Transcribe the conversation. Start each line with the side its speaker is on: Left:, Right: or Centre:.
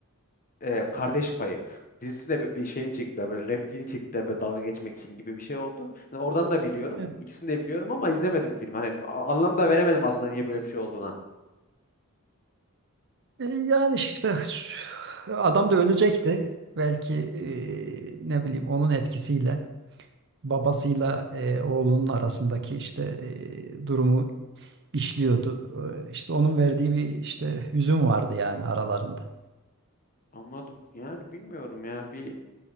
Left: E, Kardeş Payı. Dizisinde bir, bir şeyini çektiler. Böyle repliğini çektiler. Böyle dalga geçmek için gibi bir şey oldu. Hani oradan da biliyorum.
Right: Evet.
Left: İkisini de biliyorum ama izlemedim filmi. Hani a- anlam da veremedim aslında niye böyle bir şey olduğuna.
Right: E, Yani işte adam da ölecekti. Belki e, ne bileyim onun etkisiyle babasıyla e, oğlunun arasındaki işte e, durumu işliyordu. E, işte onun verdiği bir işte hüzün vardı yani aralarında.
Left: Anladım. Yani bilmiyorum ya. Bir